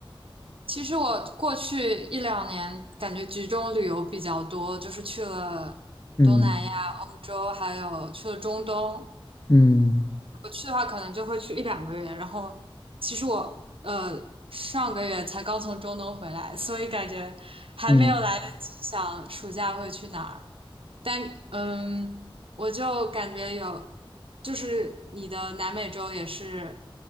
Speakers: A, on the right; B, on the left.
A: 其实我过去一两年感觉集中旅游比较多，就是去了东南亚、
B: 嗯
A: 欧洲，还有去了中东。
B: 嗯
A: 我去的话，可能就会去一两个月。然后，其实我呃上个月才刚从中东回来，所以感觉还没有来得及想暑假会去哪儿。
B: 嗯
A: 但嗯，我就感觉有，就是你的南美洲也是